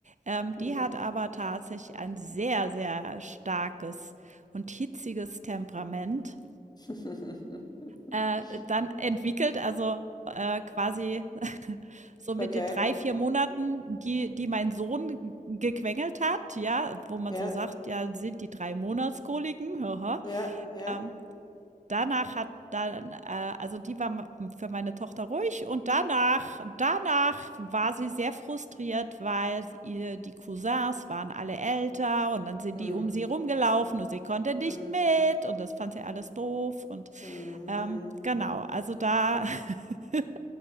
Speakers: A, on the right; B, on the left.
A: Ähm,
B: Mhm.
A: die hat aber tatsächlich ein sehr, sehr starkes und hitziges Temperament.
B: <laughs>
A: Äh, dann entwickelt, also äh, quasi <laughs> so mit
B: Okay.
A: den drei, vier Monaten, die, die mein Sohn gequengelt hat, ja, wo man
B: Ja.
A: so sagt, ja, sind die drei Monatskoliken, haha.
B: Ja. Ja.
A: ähm, Danach hat dann äh, also die war ma für meine Tochter ruhig und danach danach war sie sehr frustriert, weil ihr die Cousins waren alle älter und dann sind
B: Mhm,
A: die um sie rumgelaufen und sie konnte nicht
B: mhm,
A: mit und das fand sie alles doof und,
B: mhm,
A: ähm,
B: mhm.
A: genau, also da <laughs>